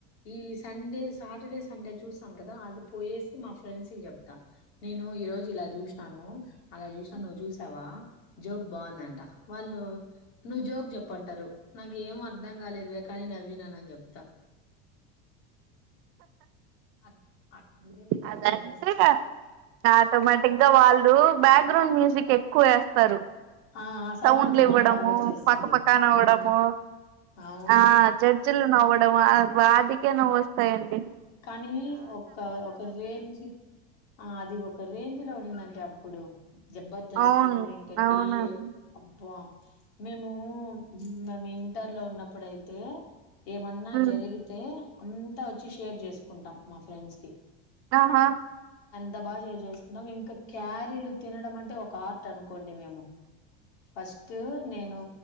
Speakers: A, on the left; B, on the right.
A: ఈ సండే సాటర్డే సండే చూసి టామ్ కదా అది పోయేసి మా ఫ్రెండ్స్ కి చెప్తాను నేను ఈ రోజు ఇలా చూసినాను అలా చూసాను నువ్ చూసా తవా జోక్ బావుందంట వాళ్ళు నువ్వు జోక్ చెప్పంటారు నాకేం అర్ధం కాలేదువే కానీ నవ్వినానని చెప్తా అట్ అట్టుంది నీ జబర్దస్త్
B: అదంతే ఆటోమేటిక్
A: ఆ
B: గా వాళ్ళు బ్యాక్గ్రౌండ్ మ్యూజిక్ ఎక్కువ ఏస్తారు
A: ఆ ఆ సౌండ్
B: సౌండ్లివ్వడము
A: కే మనకు నవ్వు వచ్చేస్తుంది
B: పక పకా నవ్వడము
A: అవును అవును
B: ఆ జడ్జిలు నవ్వడం వాటికే నవ్వొస్తాయండి
A: కానీ ఒక ఒక రేంజ్ ఆ అది ఒక రేంజ్ లో నిందంటే అప్పుడు జబర్దస్త్
B: అవును
A: ఇంకా
B: అవునండి
A: డిఏ అబ్బ మేము మేము ఇంటర్ లో ఉన్నప్పుడయితే ఏమన్నా
B: ఉమ్,
A: జరిగితే అంత వచ్చేషి షేర్ చేసుకుంటాం మా ఫ్రెండ్స్ కి
B: ఆహా
A: త బా షేర్ చేసుకుంటాం ఇంకా క్యారీలు తినడం అంటే ఒక ఆర్ట్ అనుకో కోండి మేము ఫస్ట్ నేను